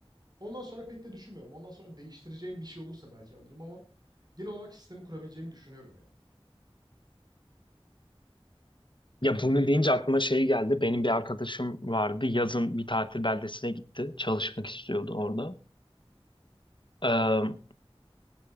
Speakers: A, on the right (about 40°); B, on the left (about 55°).
A: Ondan sonra pek de düşünmüyorum. Ondan sonra değiştireceğim bir şey olursa belki alırım ama genel olarak sistemi kurabileceğimi düşünüyorum ya.
B: Ya bunu deyince aklıma şey geldi. Benim bir arkadaşım vardı. Yazın bir tatil beldesine gitti. Çalışmak istiyordu orada. Ee,